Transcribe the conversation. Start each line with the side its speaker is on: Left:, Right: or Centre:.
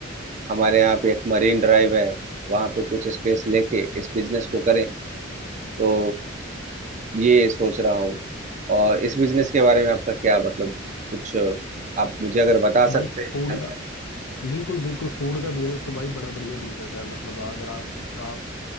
Right: हमारे यहाँ पे एक मरीन ड्राइव है वहाँ पे कुछ स्पेस लेके इस बिजनेस को करें तो ये सोच रहा हूँ और इस बिजनेस के बारे में आपका क्या मतलब कुछ अ, आप मुझे अगर बता
Left: भाई
Right: सकते हैं
Left: फूड
Right: जानकारी
Left: का बिल्कुल बिल्कुल फूड का बिजनेस तो भाई बड़ा बढ़िया बिजनेस है मतलब अगर आज आप